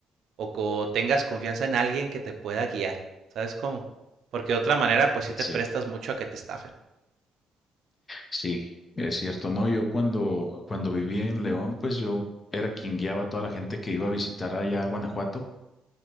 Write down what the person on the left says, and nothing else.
Sí,
sí, es cierto. No, yo cuando, cuando viví en León, pues yo era quien guiaba a toda la gente que iba a visitar allá a Guanajuato,